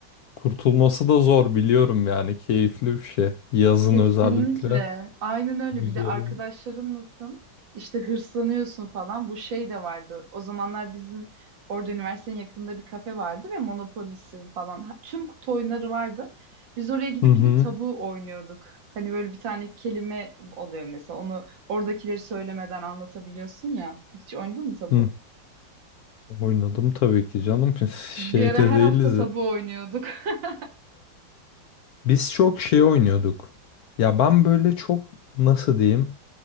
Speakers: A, on the left (about 65°); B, on the right (about 80°).
A: kurtulması da zor biliyorum yani. Keyifli bir şey. Yazın
B: Kesinlikle.
A: özellikle.
B: Aynen öyle.
A: Güzel.
B: Bir de arkadaşların
A: oluyor.
B: nasıl? işte hırslanıyorsun falan. Bu şey de vardı. O zamanlar bizim orada üniversitenin yakınında bir kafe vardı ve Monopolis'in falan. Ha- Tüm kutu oyunları vardı. Biz oraya gidip
A: Hı hı.
B: gidip tabu oynuyorduk. Hani böyle bir tane kelime oluyor mesela. Onu oradakileri söylemeden anlatabiliyorsun ya. Hiç oynadın mı tabu?
A: Hı. Oynadım tabii ki canım. <laughs> Biz
B: Biz
A: Şeyde
B: bir ara her
A: değiliz.
B: hafta tabu oynuyorduk. <laughs>
A: <laughs> Biz çok şey oynuyorduk. Ya ben böyle çok nasıl diyeyim?